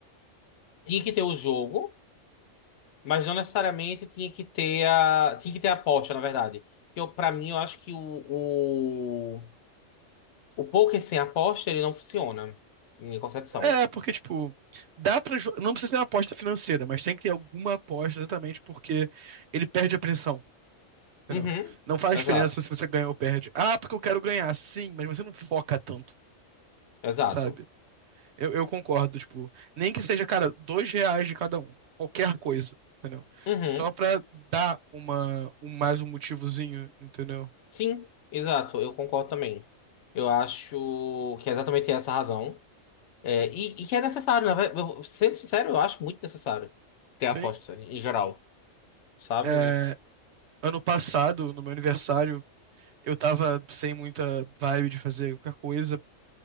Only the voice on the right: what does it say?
É, porque, tipo, dá pra. jo- Não precisa ser uma aposta financeira, mas tem que ter alguma aposta exatamente porque ele perde a pressão. Entendeu?
Não faz
diferença se você ganha ou perde. Ah, porque eu quero ganhar, sim, mas você não foca tanto,
sabe? Eu, eu concordo, tipo, nem que seja, cara, dois reais de cada um, qualquer coisa, entendeu?
Só pra dar uma, um- mais um motivozinho, entendeu?
Sim.
É, ano passado, no meu aniversário, eu tava sem muita vibe de fazer qualquer coisa.